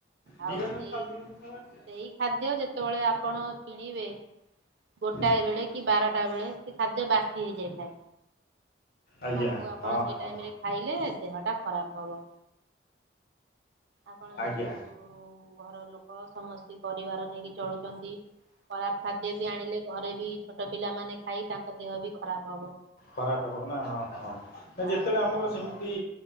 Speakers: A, on the right; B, on the left.
A: ଆଉ
B: ଧୀରେନ୍ଦ୍ର
A: ସେଇ
B: ସାହୁ ଧୀରେନ୍ଦ୍ର ସାହୁ ଆସିବେ
A: ସେଇ ଖାଦ୍ୟ ଯେତେବେଳେ ଆପଣ ଣିବେ। ଗୋଟାଏ
B: ସେଇଠି
A: ବେଳେ
B: ନେଇକି ଆସ
A: କି ବାରଟା
B: ଗାଡ଼ିକି
A: ବେଳେ ସେ ଖାଦ୍ୟ ବାସି ହେଇଯାଇଥାଏ।
B: ଆଜ୍ଞା
A: ତାକୁ ଆପଣ
B: ହଁ
A: ସେଇ
B: ହଁ
A: ଟାଇମ୍ ରେ ଖାଇଲେ ଦେହ ଟା ଖରାପ ହବ। ଆପଣ ଯେହେତୁ
B: ଆଜ୍ଞା
A: ଘର ଲୋକ ସମସ୍ତେ ପରିବାର ନେଇକି ଚଳୁଛନ୍ତି। ରାପ୍ ଖାଦ୍ୟ ବି ଆଣିଲେ ଘରେ ବି ଛୋଟ ପିଲାମାନେ ଖାଇ ତାଙ୍କ ଦେହ ବି ଖରାପ ହବ।
B: ଖରାପ ହବ ନା ହଁ ହଁ ନା ଯେତେବେଳେ
A: ଆଉ
B: ଆମ ଆମର ସେମିତି